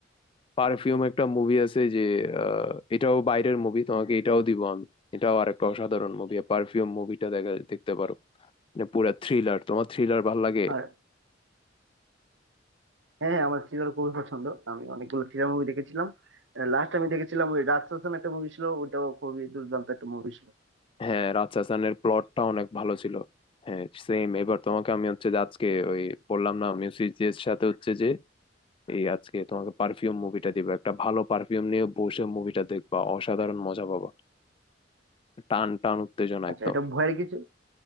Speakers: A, on the left; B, on the right.
A: পারফিউম একটা মুভি আছে যে আহ, এটাও বাইরের মুভি তোমাকে এটাও দিব আমি এটাও আরেকটা অসাধারণ মুভি পারফিউম মুভিটা দেখা দেখতে পারো মানে পুরা থ্রিলার তোমার থ্রিলার ভাল লাগে
B: আর হ্যাঁ হ্যাঁ, আমার থ্রিলার খুবই পছন্দ আমি অনেকগুলো থ্রিলার মুভি দেখেছিলাম লাস্ট আমি দেখেছিলাম ওই রাজ শাসন একটা মুভি ছিল ওটাও খুবই দুর্দান্ত একটা মুভি ছিল
A: হ্যাঁ রাজশাসনের প্লটটা অনেক ভালো ছিল হ্যাঁ সেম এবার তোমাকে আমি হচ্ছে যে আজকে ওই বললাম না মিউজিকের সাথে হচ্ছে যে এই আজকে তোমাকে পারফিউম মুভিটা দিব একটা ভালো পারফিউম নিয়ে বসে মুভিটা দেখবা অসাধারণ মজা পাবা টান টান উত্তেজনা
B: আচ্ছা
A: একদম
B: এটা ভয়ের কিছু